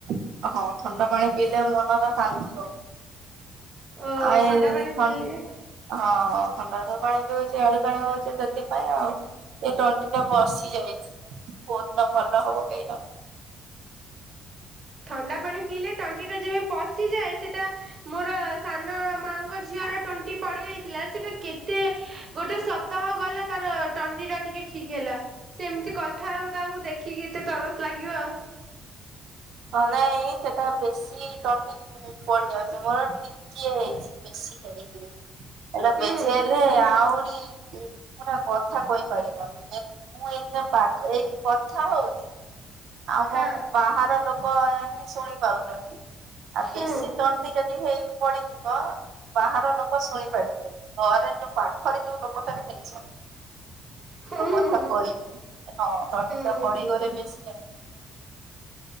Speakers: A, on the right; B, on the right.
A: ଆଉ ହଁ ଥଣ୍ଡା ପାଣି ପିଇଲେ ମନର ଶାନ୍ତି ହଉନି।
B: ଓ
A: ଆଉ
B: ଥଣ୍ଡା ପାଣି
A: ଥନଡ୍
B: ପିଇଲେ
A: <unintelligible> ହଁ ଥଣ୍ଡା ତ ପାଣି ପିଉଛି ଏଣୁ ତେଣୁ ହଉଛି ସେଥିପାଇଁ ଆଉ। ଏ ଟଣ୍ଟି ଟା ବସି ଯାଇଛି, କୋଉ ଦିନ ଭଲ ହବ କେଜାଣି।
B: ଥଣ୍ଡା ପାଣି ପିଇଲେ ତଣ୍ଟି ଟା ଯେବେ ପଶିଯାଏ ସେଟା ମୋର ସାନ ମାଆଙ୍କ ଝିଅର ଟଣ୍ଟି ପଡିଯାଇ ଥିଲା ସେଟା କେତେ ଗୋଟେ ସପ୍ତାହ ଗଲା ତାର ତଣ୍ଟି ଟା ଟିକେ ଠିକ ହେଲା। ସେ ଏମିତି କଥା ହେବ ତାକୁ ଦେଖିକି ଏତେ ତରସ ଲାଗିବ।
A: ହଁ ନାଇଁ ଏଇ ସେଟା ଏବେ ବେଶ <inaudible> ତିକ ପଡି ଯାଉଛି ମୋର ଟିକିଏ ହେଇଛି ବେଶୀ ହେଇ ହେଲେ
B: ହୁଁ।
A: ବେଶୀ ହେଲେ ଆହୁରି ଏ ପୁରା କଥା କହିପାରିବନି ମୁଁ ଏଇ ଏଇଠି କଥା ହଉଛି। ଆମ
B: ହଁ
A: ବାହାର ଲୋକ ଏମିତି ଶୁଣିପାରୁଛନ୍ତି, ଆଉ
B: ହୁଁ
A: ବେଶୀ ଟ ଯଦି ହେଇ ପଡିଯିବ ବାହାର ଲୋକ ଶୁଣି ପାରିବେ ଘରେ ଯୋଉ ପାଖରେ ଯୋଉ ଲୋକ ଥିବେ କିଛି
B: ହୁଁ
A: ଯୋଉ କଥା
B: ହୁଁ
A: କହିବି ହଁ ତଣ୍ଟି ଟା
B: ହୁଁ।
A: ପଡିଗଲେ ବେଶୀ ଏମିତି